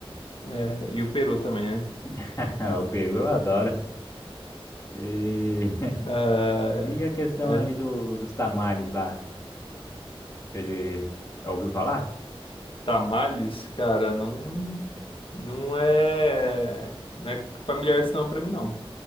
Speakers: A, on the left (about 65°); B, on the left (about 35°).
A: É, e o peru também, né?
B: <laughs> O peru eu adoro. E, <laughs>
A: Ah,
B: e a questão
A: é,
B: ali do, dos tamales lá, você já ouviu falar?
A: tamales, cara, não, não é, não é familiar isso não pra mim, não.